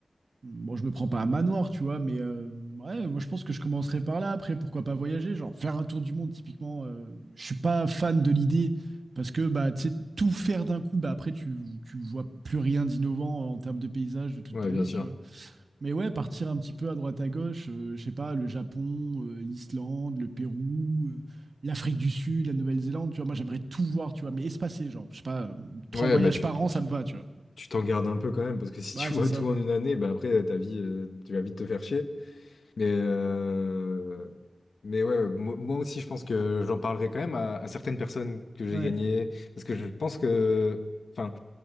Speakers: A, on the right (about 75°); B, on the left (about 85°).
A: Bon, je me prends pas un manoir, tu vois, mais euh, ouais, moi je pense que je commencerai par là. Après, pourquoi pas voyager? Genre, faire un tour du monde, typiquement, euh, je suis pas fan de l'idée parce que, bah, tu sais, tout faire d'un coup, bah, après, tu, tu vois plus rien d'innovant en termes de paysage de toute
B: ouais,
A: ta
B: bien
A: vie,
B: sûr.
A: tu vois. Mais ouais, partir un petit peu à droite à gauche, euh, je sais pas, le Japon, euh, l'Islande, le Pérou, euh, l'Afrique du Sud, la Nouvelle-Zélande, tu vois, moi j'aimerais tout voir, tu vois, mais espacé, genre, je sais pas, euh, trois
B: Ouais,
A: voyages
B: bah tu,
A: par
B: tu,
A: an, ça
B: tu-
A: me va, tu vois.
B: tu t'en gardes un peu quand même, parce que <laughs> si
A: Ouais,
B: tu
A: c'est
B: vois
A: ça.
B: tout en une année, bah après ta vie, euh, tu vas vite te faire chier. Mais, euh, mais ouais, moi, moi aussi, je pense que j'en parlerai quand même à, à certaines personnes que j'ai
A: Ouais.
B: gagnées, parce que je pense que, enfin.